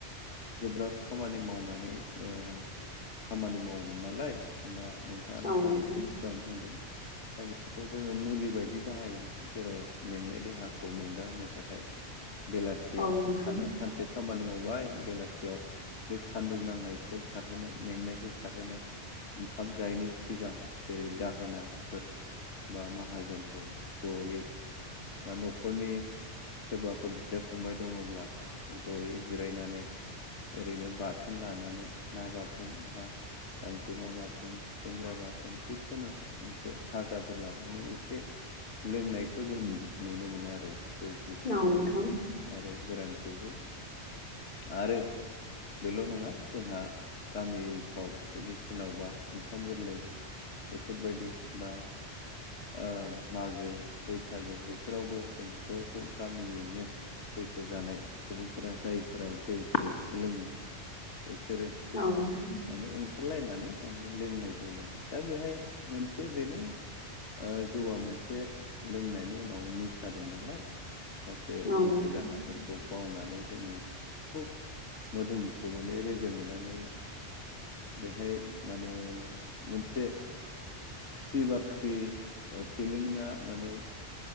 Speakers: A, on the left (about 85°); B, on the left (about 40°).
A: गोब्राब खामानि मावनानै ओ खामानि माव मोन नालाय दा नोंथाङानो
B: औ नोंथां
A: दहाय एसे सिगाङावनो बुंदों दा बेखौ जोङो मुलि बायदि बाहायोमोन जेराव मेंनाय देहाखौ मेंगा होनो थाखाय बेलासियाव
B: औ नोंथां
A: सानाव सानसे खामानि मावबाय बेलासियाव बे सान्दुं नांनायखौ खारहोनो मेंनायखौ खारहोनो ओंखाम जायैनि सिगां जेरै दाहोनाफोर बा माहाजोनफोर जयै बा न'खरनि सोरबाफोर बिदा फंबाय दङब्ला जयै जिरायनानै ओरैनो बाथोन लानानै ना बाथोन बा गांजेमा बाथोन खुसेंग्रा बाथोन जिखुनु मोनसे फाजा फोर लानानै एसे लोंनायखौ जों नुनो मोनो आरो जौ गिसिखौ
B: औ नोंथां
A: आरो गोरानखौबो आरो बेल' नङा जोंहा गामिफ्राव जुदि सोरनावबा ओंखाम गोरलै बेफोरबायदि बा ओ मागो बैसागो बिसोरावबो जों ज' ज' गामियैनो बैसो जानाय सुबुंफोरा जायफोरा जौखौ लोङो बिसोरो
B: औ नोंथां
A: माने ओंखारलायनानै माने लोंनाय जायो दा बेहाय मोनसे बेनो ओ जौआ मोनसे लोंनायनि उनाव निसा दं नालाय माखासे
B: औ नोंथां
A: दुखु दाहाफोरखौ बावनानै जोङो खुब मोदोमखौ माने रेजें मोननानै बेहाय माने मोनसे खुसि बा खुसि फिलिंआ माने